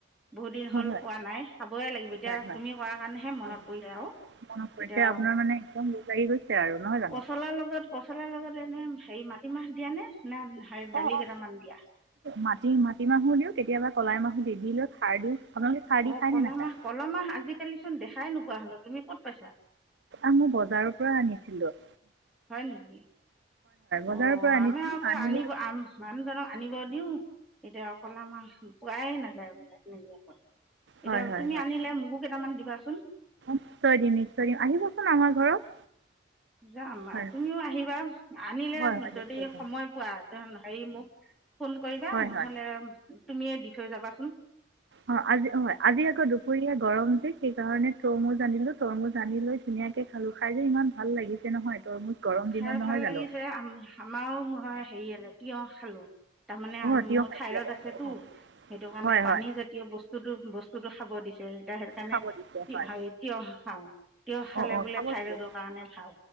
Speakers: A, in the centre; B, on the right.
A: বহুত দিন
B: হয়
A: হল
B: হয়
A: খোৱা নাই খাবই লাগিব এতিয়া
B: হয় হয়
A: তুমি কোৱাৰ কাৰণেহে মনত
B: হয়
A: পৰিলে আৰু
B: মনত পৰিছে
A: এতিয়া
B: আপোনাৰ মানে একদম লোভ লাগি গৈছে আৰু নহয় জানো
A: পচলাৰ লগত পচলাৰ লগত এনে হে মাটিমাহ দিয়া নে না হেৰি দালি
B: অ অ
A: কেইটামান দিয়া
B: মাটি মাটি মাহো দিও কেতিয়াবা কলাই মাহ নিদিলে খাৰ দিওঁ আপোনালোকে খাৰ দি
A: অ
B: খায়নে
A: ক'লা
B: নাখায়
A: মাহ ক'লা মাহ আজিকালি চোন দেখাই নু নোপোৱা হলো তুমি ক'ত পাইছা?
B: আমি বজাৰৰ পৰা আনিছিলো।
A: হয় নেকি?
B: বজাৰৰ
A: অ'
B: পৰা আনিছিলোঁ
A: আমাৰ আকৌ
B: আনি
A: আনিব
B: লৈ
A: আ মানুহজনক আনিব দিওঁ তেতিয়া ক'লামাহ পোৱাই নাযায় বোলে হেনেকে কয়। এতিয়া
B: হয় হয়
A: তুমি
B: হয়
A: আনিলে মোকো কেইটামান দিব লোৱা চোন
B: নিশ্চয় দিম, নিশ্চয় দিম। আহিব‌ চোন আমাৰ ঘৰত।
A: যাম
B: হয়
A: আ তুমিও আহিবা আনিলে
B: হয় হয়
A: যদি
B: নিশ্চয় যাম
A: সময় পোৱা তে হেই মোক ফোন কৰিবা
B: হয়
A: নহ'লে
B: হয়
A: তুমিয়ে দি থৈ যাবাচোন।
B: অঁ আজি হয় আজি আকৌ দুপৰীয়া গৰম যে সেইকাৰণে তৰমুজ আনিলো তৰমুজ আনি লৈ ধুনীয়াকে খালো খাই যে ইমান ভাল লাগিছে নহয় তৰমুজ গৰম দিনত
A: খাই
B: নহয়
A: ভাল
B: জানো
A: লাগিছে আম আমাৰো হয়। সেইয়েলে তিয়হ খালো। তাৰমানে
B: অঁ
A: আমত
B: তিয়ঁহ খাইছিলে
A: ঠাইৰড
B: অঁ
A: আছেটো
B: অঁ
A: সেইটো কাৰণে
B: হয়
A: পানী
B: হয়
A: জাতীয় বস্তুতো বস্ত যটো খাব দিছ তেই তা সেটোত কাণে
B: খাব দিছে
A: তি
B: হয়
A: হাইত তিয়হ খাওঁ। তিয়হ খালে
B: অঁ অঁ
A: বোলে
B: খাব
A: থঠাইৰডৰ
B: লাগে
A: কাৰণে ভাল